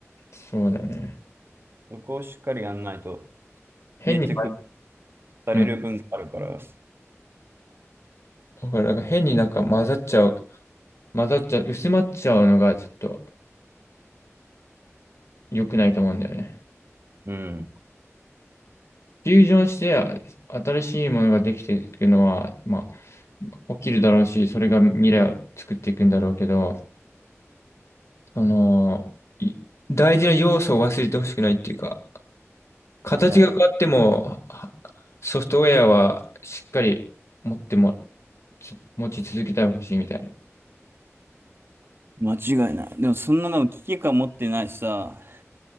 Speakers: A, on the left; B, on the right.
A: そうだね。
B: そこをしっかりやんないと、
A: 変に、
B: 消えてくされる分があるから。
A: うだから、なんか変になんか混ざっちゃう、混ざっちゃう、薄まっちゃうのがちょっと良くないと思うんだよね。
B: うん。
A: フュージョンしてあ新しいものができていくのは、まあ、起きるだろうし、それが未来を作っていくんだろうけど、その、い大事な要素を忘れてほしくないっていうか、形が変わっても、
B: いや、
A: はソフトウェアはしっかり持っても、つ持ち続けてほしいみたいな。
B: 間違いない。でもそんなの危機感持ってないさ、